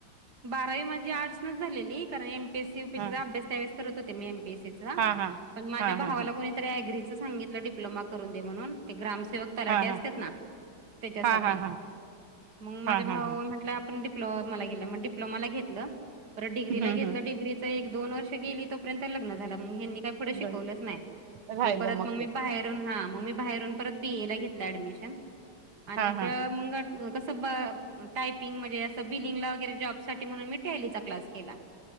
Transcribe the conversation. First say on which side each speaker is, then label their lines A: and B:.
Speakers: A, on the right (about 50°); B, on the right (about 80°).
A: बारावी माझी आर्टस नच झालेली कारण एमपीसी यूपीसीचा
B: हा
A: अभ्यास त्यावेळेस करत होते मी एमपीएसीच. रा
B: हा हा
A: पण माझ्या
B: हा
A: भावाला
B: हा हा
A: कुणीतरी अग्रीच सांगितल डिप्लोम करून दे म्हणून ते ग्रामसेवक तलाठी
B: हा हा
A: असत्यात ना त्याच्या
B: हा
A: साठी
B: हा हा
A: मग माझ्या
B: हा हा
A: भावान
B: हा
A: म्हटलाय आपण डिप् डिप्लोमा ला घेतल मग परत डिग्री
B: हम्म
A: ला घेतल.
B: हम्
A: डोग्रीच त एक -दोन वर्ष गेली तोपर्यंत लग्न झाल मग हेंनी काय पुढं शिकवलंच
B: बर
A: नाही
B: राहिलं
A: म परत मग मी
B: ते
A: बाहेर हा म मी बाहेरून परत बी ए ला घेतल ॲडमिशनन. आणि
B: हा
A: आपल
B: हा
A: मंग कस अस ब टायपिंग म्हणजे असं बिलिंगला वगैरे जॉब साठी म्हणून मी टॅलीचा क्लास केला.